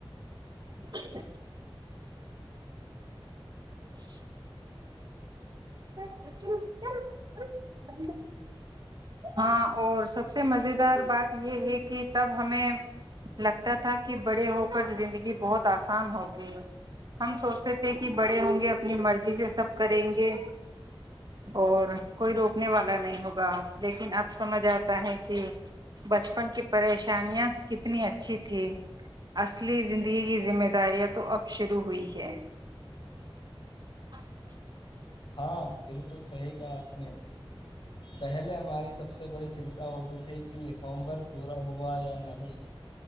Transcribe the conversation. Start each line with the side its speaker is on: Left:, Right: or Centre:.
Right: ذگذگذگ بگغشغ س کت ہاں اور سب سب سے مزے دار بات یہ ہے کہ تب ہمیں لگتا تھا کہ بڑے ہو کر زندگی بہت آسان ہو گئی ہم سوچتے تھے کہ بڑے ہوں گے اپنی مرضی سے سب کریں گے اور کوئی روکنے والا نہیں ہوگا لیکن اب سمجھ آتا ہے کہ بچپن کی پریشانیاں کتنی اچھی تھیں اصلی زندگی کی ذمہ داریاں تو اب شروع ہوئی ہے <inaudible>
Left: ہاں بالکل صحیح کہا آپ نے پہلے ہماری سب سے بڑی چنتا ہوتی تھی کہ ہوم ورک پورا ہوا یا نہیں